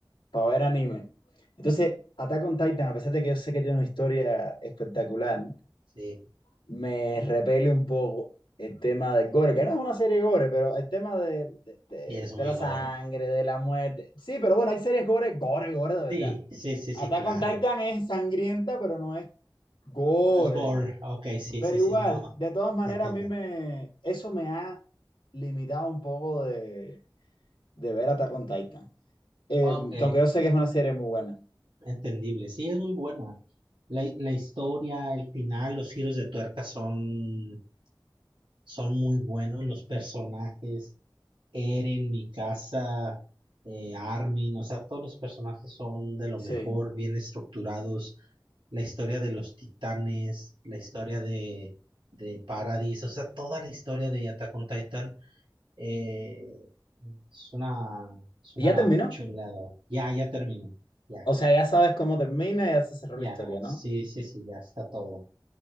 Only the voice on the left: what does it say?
para ver anime. Entonces, Attack on Titan, a pesar de que yo sé que tiene una historia espectacular,
me repele un poco el tema del gore, que no es una serie gore, pero el tema de, de, de-
de la sangre,
de la muerte. Sí, pero bueno, hay series gore, gore, gore, de verdad.
Attack
on Titan es sangrienta, pero no es gore.
Pero
igual,
de todas maneras,
a mí me, eso me ha limitado un poco de, de ver Attack on Titan. Eh,
que aunque yo sé que es una serie muy buena.
Sí.
Y
ya terminó.
O sea, ya sabes cómo termina, ya se cerró
la historia, ¿no?